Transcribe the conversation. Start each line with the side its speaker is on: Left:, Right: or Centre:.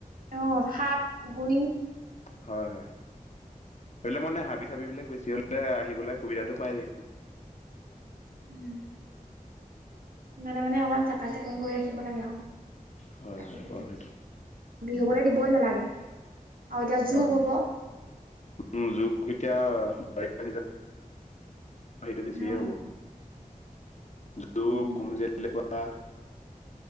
Right: অ সাপ গুই
Left: হয় হয় এইবিলাক মানে হাবি চাবি বিলাক বেছি হলে আহিবলৈ সুবিধাটো পাই যায়
Right: উম মানে মানে অকমান চাফা চিকুণ কৰি ৰাখিব লাগে আৰু
Left: হয়
Right: কাটি
Left: হয়
Right: কুটি
Left: বাউ হেইতো
Right: বিহুবলৈ দিবই নালাগে। আৰু এতিয়া
Left: হয়
Right: জোক হব
Left: উম, জু এতিয়া বাৰিষ সেইটো
Right: অ
Left: বেছিয়ে হ'ব। জ
Right: উম
Left: কোন জা <unintelligible>